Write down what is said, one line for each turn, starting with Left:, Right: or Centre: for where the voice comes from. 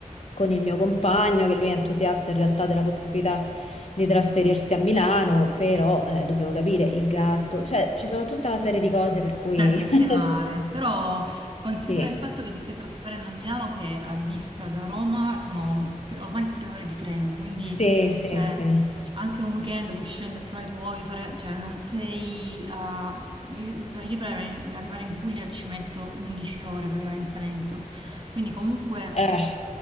Left: Con il mio compagno, che lui è entusiasta in realtà della possibilità di trasferirsi a Milano, però eh, dobbiamo capire il gatto, cioè ci sono tutta una serie di cose per cui
Right: Da sistemare,
Left: <laughs>
Right: però considera
Left: sì,
Right: il fatto che vi stai trasferendo a Milano che a vista da Roma sono tre- ormai tre ore di treno, quindi
Left: sì,
Right: Sì.
Left: sì,
Right: cioè,
Left: sì.
Right: anche un weekend puoi scendere a trovare i tuoi, fare, cioè non sei a... Io, per, io per arrivare in arrivare in Puglia ci metto 11 ore per arrivare in Salento, quindi comunque
Left: Eh,